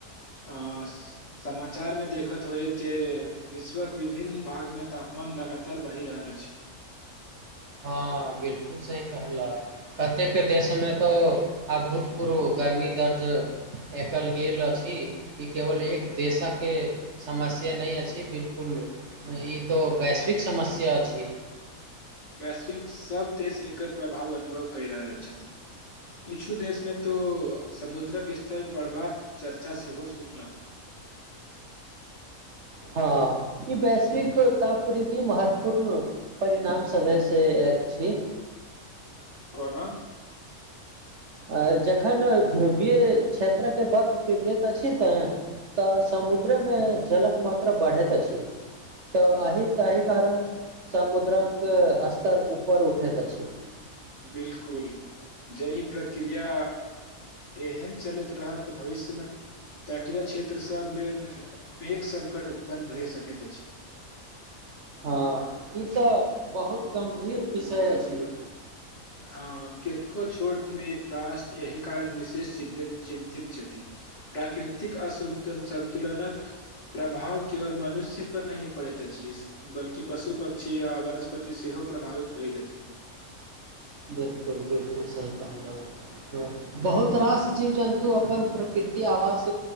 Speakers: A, on the left (about 55°); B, on the right (about 55°).
A: अ समा चार मे देखत होयब जे विश्वक विभिन्न भाग मे तापमान लगातार बढ़ि रहल अछि <inaudible>
B: हँ बिलकुल सही कहल कतेक के देशमे तो अभूतपूर्व गर्मी दर्ज एकल गेल अछि ई केवल एक देशक समस्या नहि अछि बिलकुल ई तो वैश्विक समस्या छी
A: वैश्विक सभ देश एकर प्रभाव अनुभव कहि रहल छथि कुछू देशमें तो समुद्रक स्तर बढ़बाक चर्चा सेहो सुन लउ
B: हँ ई वैश्विक तापति महत्वपूर्ण परिणाम समय से देख छी
A: कोना
B: आ जखन ध्रुवीय क्षेत्रके बर्फ पिघलैत अछि तऽ तऽ समुद्रमे जलक मात्रा बढ़ैत अछि तऽ ह तहि कारण समुद्रक अस्तर ऊपर उठैत छै
A: बिलकुल जहि प्रक्रिया एहन चलैत रहत त भविष्यमे तटीय क्षेत्र सभ लेल पेघ संकट उत्पन्न भए सकैत अछि <inaudible>
B: हँ ई तऽ बहुत गम्भीर विषय छी
A: हँ कतको छोट द्रासट यह कारण विशेष चिन्तित छथि प्राकृतिक असन्तुलनक सन्तुलनक प्रभाव केवल मनुष्य पर नहि पड़ैत अछि बल्कि पशु पक्षी आ वनस्पति सेहो प्रभावित होइतइत
B: बिलकुल बिलकुल सी कहल बहुत रास जीव जन्तु अपन प्रकृति कीति आवास